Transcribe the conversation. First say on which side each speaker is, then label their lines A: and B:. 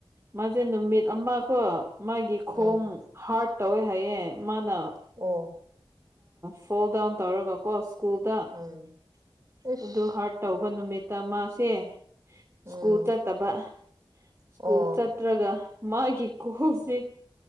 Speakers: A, on the right; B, on the right.
A: ꯃꯥꯁꯦ ꯅꯨꯃꯤꯠ ꯑꯃꯀꯣ ꯃꯥꯒꯤ ꯈꯣꯡ
B: ꯎꯝ
A: ꯍꯥꯔꯠ ꯇꯧꯋꯦ ꯍꯥꯏꯌꯦꯦ ꯃꯥꯅ
B: ꯑꯣ
A: ꯐꯣꯜꯗꯥꯎꯟ ꯇꯧꯔꯒ ꯀꯣ ꯁ꯭ꯀꯨꯜꯗ
B: ꯎꯝ ꯏꯁ
A: ꯑꯗꯨ ꯍꯥꯔꯠ ꯇꯧꯕ ꯅꯨꯃꯤꯠꯇ ꯃꯥꯁꯦ
B: ꯎꯝ
A: ꯁꯀꯨ꯭ꯜ ꯆꯠꯗꯕ ꯁ꯭ꯀꯨꯁ
B: ꯑꯣ
A: ꯅꯠꯇ꯭ꯔꯒ ꯃꯥꯒꯤ ꯀꯣꯛꯁꯤ